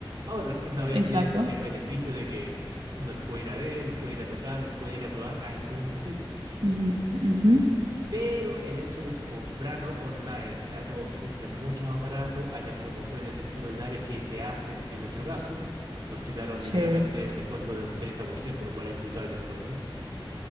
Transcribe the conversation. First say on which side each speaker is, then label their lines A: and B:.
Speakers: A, on the right (about 50°); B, on the right (about 75°).
A: Ahora las tiendas obviamente
B: Exacto.
A: tienen el beneficio de que uno los puede ir a ver, los puede ir a tocar, los puede ir a probar ahí mismo en situ.
B: Mm, ujú.
A: Pero el hecho de que comprarlo online sea todo siempre mucho más barato, hayan promociones extraordinarias que te hacen, en nuestro caso, nos quitaron
B: Sí,
A: literalmente un descuento de un 30%, lo cual es brutal, yo encuentro.